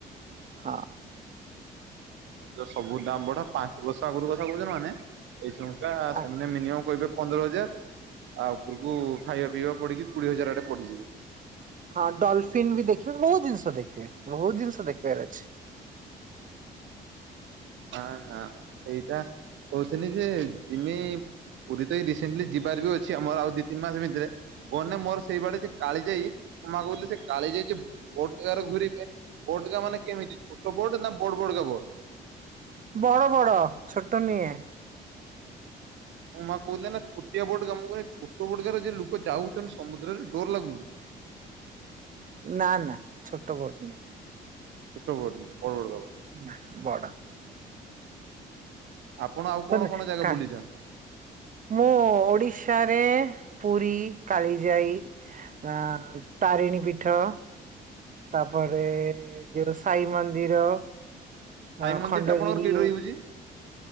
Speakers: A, on the right (about 40°); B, on the right (about 70°).
A: ହଁ।
B: ସେ ତ ସବୁ ଦାମ ବଢା ପାଞ୍ଚ ବର୍ଷ ଆଗରୁ କଥା କହୁଛନ୍ତି ମାନେ ଏଇଚୁଙ୍କା
A: ଆ
B: ସେମାନେ ମିନିୟମ କହିବେ ପନ୍ଦର ହଜାର ଆଉ ଉପରକୁ ଖାଇବା ପିଇବା ପଡିକି କୁଡିଏ ହଜାର ଆଡେ ପଡିଯିବ।
A: ହଁ ଡଲଫିିନ ବି ଦେଖିବେ ବହୁତ ଜିନିଷ ଦେଖିବେ ବହୁତ ଜିନିଷ ଦେଖିବାର ଅଛି।
B: ନା ନା ମୁଁ ସେଇଟା କହୁଥିନି ଯେ ଜିମି ପୁରୀ ତ ଏଇ ରିସଣ୍ଟଲି ଯିବାର ବି ଅଛି ଆମର ଆଉ ଦି ତିନି ମାସ ଭିତରେ। ଗନେ ମୋର ସେଇ ବାଡେ ଯେ କାଳି ଯାଇ ମୋ ମା କହୁଥିଲି ସେ କାଳି ଯାଇଛି ବୋଟ ଘୁରିବେ। ବୋଟକା ମାନେ କେମିତି ଛୋଟ ବୋଟ ନା ବଡ ବଡ କା ବୋଡ?
A: ବଡ ବଡ ଛୋଟ ନୁହେଁ।
B: ମୋ ମାଆ କହୁଥିଲେ ନା ଛୋଟିଆ ବୋଟ କାମ କରେ ଛୋଟ ବୋଟ ଗାରେ ଲୋକ ଯାଉଛନ୍ତି ସମୁଦ୍ରରେ ଡର ଲାଗୁନି।
A: ନା ନା ଛୋଟ ବୋଟ ନୁହଁ।
B: ଛୋଟ ବୋଟ ନୁହଁ ବଡ ବଡ ଗାବ।
A: ନା ବଡ।
B: ଆପଣ ଆଉ
A: କ
B: କଣ କଣ ଜାଗା
A: କା
B: ବୁଲିଛନ୍?
A: ମୁଁ ଓଡିଶାରେ ପୁରୀ, କାଳି ଯାଇ। ଆ ତାରିଣୀ ପୀଠ। ତାପରେ ଯୋଉ ସାଇ ମନ୍ଦିର।
B: ସାଇ
A: ଅ
B: ମନ୍ଦିର
A: ଖଣ୍ଡଗିରି।
B: ଟା ଆପଣଙ୍କର କେଇଠି ରହିଯାଉଛି?